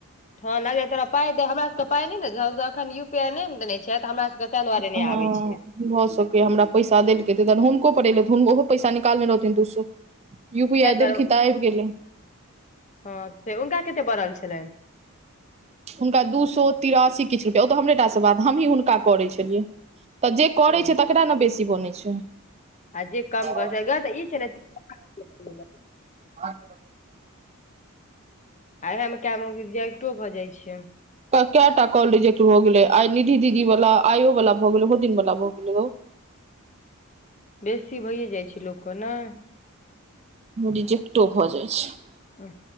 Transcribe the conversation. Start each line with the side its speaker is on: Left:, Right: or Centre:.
Left: हँ नाइ जे तोरा पाइ दे हमरा सब पाइ नै न हम त एखैन यू पी आई नहि नऽ देने छियै तऽ हमरा सबके ताहि दुआरे
Right: हँ
Left: नहि आबै छै
Right: भऽ सके य हमरा पैसा देलकै तइ दुआरे हुनको पर एलै हुन ओहो पैसा निकालने रहथिन दू सौ यू पी
Left: तैं
Right: आइ
Left: दुआरे
Right: देलखि त आइब गेलै
Left: हँ <unintelligible> हुनका कते बड़ल छलैन
Right: हुनका दू सौ तिरासी किछ रुपैआ ओ तऽ हमरे टा सँ बात हमही हुनका करै छलियै तऽ जे करै
Left: ओ
Right: छै तकरा नऽ बेसी बनै छै
Left: आ जे कम
Right: हँ
Left: गै तऽ ई छै ने
Right: <unintelligible>
Left: आ इएह मे काइ गो रिजेक्टो भऽ जाइ छै
Right: तऽ कैय टा कॉल रीजेक्ट भ गेले आइ निधि दीदी वाला आइयो वाल भ गेल ओहो दिन वाला भ गेलै
Left: बेसी भइए जाइ छै लोक कऽ नइ
Right: रिजेकटो भऽ जाइ छै
Left: <unintelligible>